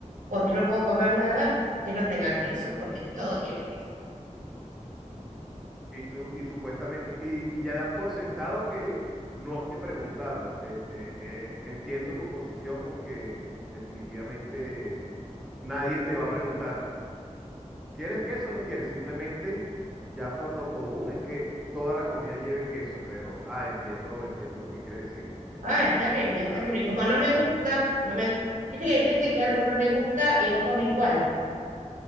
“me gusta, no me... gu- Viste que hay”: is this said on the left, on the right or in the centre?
Right